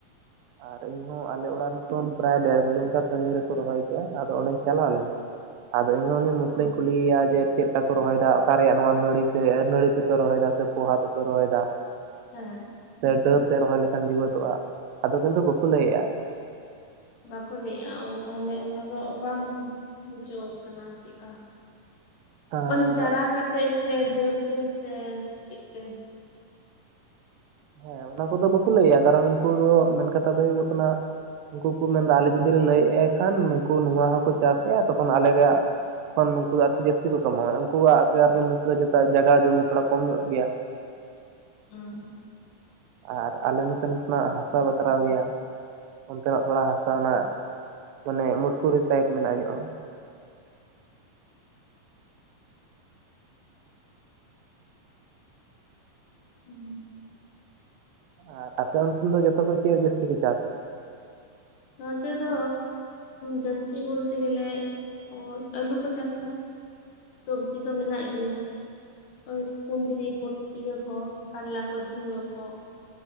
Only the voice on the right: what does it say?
ᱟᱨ ᱤᱧ ᱦᱚᱸ ᱟᱞᱮ ᱚᱲᱟᱜ ᱨᱮᱱ ᱠᱷᱚᱱ ᱯᱨᱟᱭ ᱰᱮᱲ ᱠᱤᱞᱳᱢᱤᱴᱟᱨ ᱥᱟᱺᱜᱤᱧ ᱨᱮᱠᱚ ᱨᱚᱦᱚᱭ ᱠᱮᱜᱼᱟ ᱟᱫᱚ ᱚᱸᱰᱮᱧ ᱪᱟᱞᱟᱣ ᱞᱮᱱᱟ᱾
ᱟᱫᱚ ᱤᱧᱦᱚᱸ ᱩᱱᱤ ᱢᱩᱥᱞᱟᱹᱧ
ᱠᱩᱞᱤᱭᱮᱭᱟ ᱡᱮ, ᱪᱮᱫ ᱞᱮᱠᱟ ᱠᱚ ᱨᱚᱦᱚᱭᱮᱫᱟ ᱚᱠᱟᱨ ᱨᱮᱭᱟᱜ ᱱᱚᱣᱟ ᱱᱟᱹᱲᱤ ᱥᱮ ᱱᱟᱹᱲᱤ ᱛᱮᱯᱮ ᱨᱚᱦᱚᱭᱫᱟ ᱥᱮ ᱯᱚᱦᱟ ᱛᱮᱯᱮ ᱨᱚᱦᱚᱭᱫᱟ᱾
ᱥᱮ ᱰᱟᱹᱨᱛᱮ ᱨᱚᱦᱚᱭ ᱞᱮᱠᱷᱟᱱ ᱡᱤᱣᱭᱮᱫᱚᱜᱼᱟ ᱟᱫᱚ ᱠᱤᱱᱛᱩ ᱵᱟᱠᱚ ᱞᱟᱹᱭᱮᱜᱼᱟ᱾
ᱦᱮᱸ
ᱦᱮᱸ ᱚᱱᱟ ᱠᱚᱫᱚ ᱵᱟᱠᱚ ᱞᱟᱹᱭᱟ ᱠᱟᱨᱚᱱ ᱩᱱᱠᱩ ᱫᱚ ᱢᱮᱱ ᱠᱟᱛᱷᱟ ᱫᱚ ᱦᱩᱭᱩᱜ ᱠᱟᱱᱟ᱾ ᱩᱱᱠᱩ ᱠᱚ ᱢᱮᱱᱫᱟ ᱟᱞᱮ ᱡᱩᱫᱤ ᱞᱮ ᱞᱟᱹᱭᱮᱜ ᱟᱭ ᱠᱷᱟᱱ ᱱᱩᱠᱩ ᱱᱚᱣᱟ ᱦᱚᱸᱠᱚ ᱪᱟᱥᱮᱜᱼᱟ ᱛᱚᱠᱷᱚᱱ ᱟᱞᱮᱭᱟᱜ ᱛᱚᱠᱷᱚᱱ ᱩᱱᱠᱩ ᱫᱚ ᱟᱨᱠᱤ ᱡᱟᱹᱥᱛᱤ ᱠᱚ ᱠᱟᱢᱟᱣᱮᱫᱼᱟ ᱩᱱᱠᱩᱣᱟᱜ ᱟᱨᱠᱤ ᱢᱩᱥᱞᱟᱹ ᱪᱮᱛᱟᱜ ᱡᱟᱜᱟ ᱡᱚᱢᱤ ᱛᱷᱚᱲᱟ ᱠᱚᱢ ᱧᱚᱜ ᱜᱮᱭᱟ᱾
ᱟᱨ ᱟᱞᱮ ᱱᱚᱛᱮᱱ ᱠᱷᱚᱱᱟᱜ ᱦᱟᱥᱟ ᱵᱟᱛᱨᱟᱣ ᱜᱮᱭᱟ᱾ ᱚᱱᱛᱮᱱᱟᱜ ᱛᱷᱚᱲᱟ ᱦᱟᱥᱟᱱᱟᱜ ᱢᱟᱱᱮ ᱢᱚᱴᱠᱩᱨᱤ ᱥᱟᱭᱤᱯ ᱢᱮᱱᱟᱜ ᱧᱚᱜᱼᱟ᱾
ᱟᱨ ᱟᱯᱮ ᱚᱱᱛᱮᱱ ᱫᱚ ᱡᱚᱛᱚ ᱠᱷᱚᱡ ᱪᱮᱫ ᱡᱟᱹᱥᱛᱤ ᱯᱮ ᱪᱟᱥᱮᱜᱼᱟ᱾